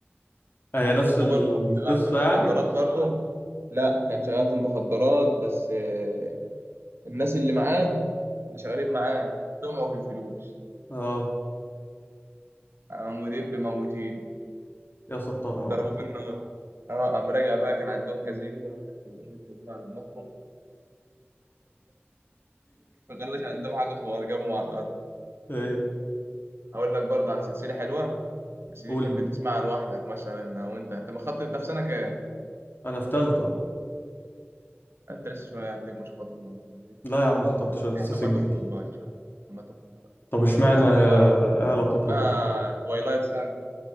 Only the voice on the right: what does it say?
اخوه
برضه كان شغال في المخدرات
برضه لا كان شغال في المخدرات بس آه، الناس اللي معاه اللي شغالين معاه طمعوا في الفلوس
قاموا دب موتينه
ضربوه بالنار اه قام راجع بقى كان عندهم كازينو وراح داخل الام الكازينو على دماغهم ما كانش عندهم حاجه خالص جابهم على الارض
اقول لك برضه على سلسله حلوه بس دي
تحب
تسمعها لوحدك مثلا او انت انت مخطب ده في سنه كام؟
انت لسه شويه هتلاقيك مش خاطب ما ما فيش.
اما
أما تخطب بقى ان شاء الله اما تخطب بقى
سنو
وايت
آه
توايلايت ساج